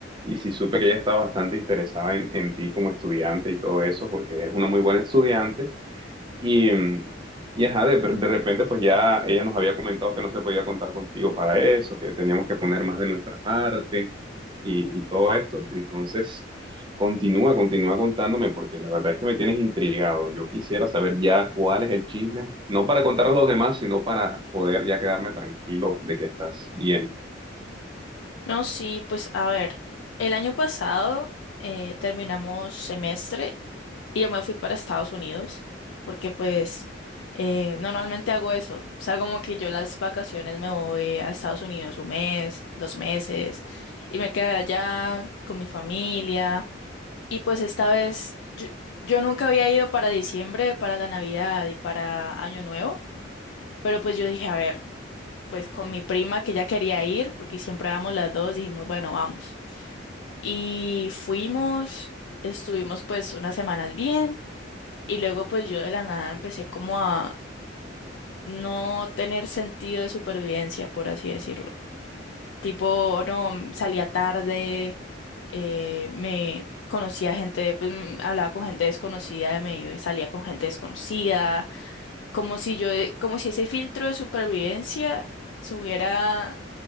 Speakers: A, on the right; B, on the left.
A: sí supe que ella está bastante interesada en, en ti como estudiante y todo eso, porque eres una muy buena estudiante. Y, mm, y ajá, de, de repente pues ya ella nos había comentado que no se podía contar contigo para eso, que teníamos que poner más de nuestra parte y, y todo esto. Entonces, continúa, continúa contándome, porque la verdad es que me tienes intrigado. Yo quisiera saber ya cuál es el chisme, no para contarle a los demás, sino para poder ya quedarme tranquilo de que estás bien.
B: No, sí, pues a ver, el año pasado eh, terminamos semestre Y yo me fui para Estados Unidos porque pues eh, normalmente hago eso. O sea, como que yo en las vacaciones me voy a Estados Unidos un mes, dos meses y me quedé allá con mi familia. Y pues esta vez yo, yo nunca había ido para diciembre, para la Navidad y para Año Nuevo, pero pues yo dije, a ver, pues con mi prima que ya quería ir porque siempre vamos las dos, dijimos, bueno, vamos. Y fuimos, estuvimos pues unas semanas bien. Y luego pues yo de la nada empecé como a no tener sentido de supervivencia, por así decirlo. Tipo, no, mm, salía tarde, eh, me conocía gente, pues mm, hablaba con gente desconocida de medio y salía con gente desconocida, como si yo, eh, como si ese filtro de supervivencia se hubiera